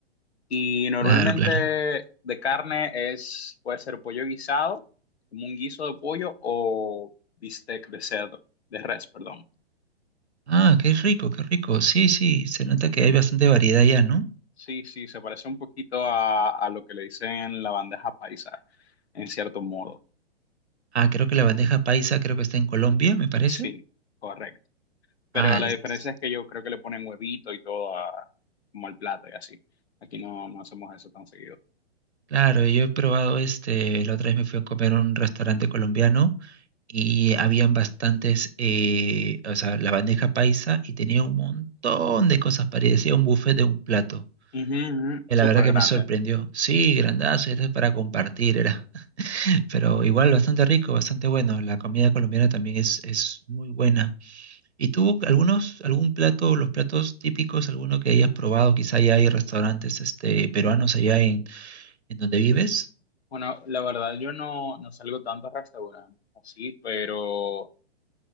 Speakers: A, on the left; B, on the right.
A: Y normalmente
B: Claro, claro.
A: de carne es, puede ser pollo guisado, como un guiso de pollo o bistec de cerdo, de res, perdón.
B: Ah, qué rico, qué rico. Sí, sí, se nota que hay bastante variedad allá, ¿no?
A: Sí, sí, se parece un poquito a, a lo que le dicen la bandeja paisa, en cierto modo.
B: Ah, creo que la bandeja paisa creo que está en Colombia, me parece.
A: Sí, correcto. Pero
B: Ah,
A: la
B: es-
A: diferencia es que yo creo que le ponen huevito y todo a- como al plato y así. Aquí no, no hacemos eso tan seguido.
B: claro, yo he probado este, la otra vez me fui a comer a un restaurante colombiano y habían bastantes, eh, o sea, la bandeja paisa y tenía un montón de cosas, parecía un buffet de un plato.
A: Ujú, ujú,
B: Eh,
A: Súper
B: La verdad que
A: grande.
B: me sorprendió. Sí, grandazo, era para compartir, era. <laughs> Pero igual bastante rico, bastante bueno. La comida colombiana también es, es muy buena. ¿Y tú, algunos, algún plato, los platos típicos, alguno que hayas probado? Quizá ya hay restaurantes este, peruanos allá en, en donde vives.
A: Bueno, la verdad yo no, no salgo tanto a restaurantes así, pero